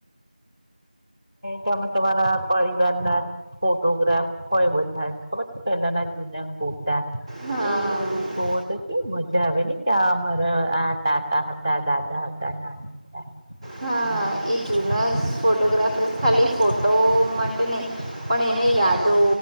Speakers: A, on the right; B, on the right.
A: તમે તમારા પરિવાર ના ફોટોગ્રાફ હોય બધા જ ખબર છે પેલના ના ફોટા.
B: હા
A: એ બધું જોવ તો કેમ મજા આવે ને કે આ અમારા આ કાકા હતા દાદા હતા. <unintelligible>
B: હા
A: નાના હતા
B: એ જૂનાસ
A: એમ.
B: ફોટોગ્રાફર ખાલી ફોટો માટે નહીં પણ એને યાદો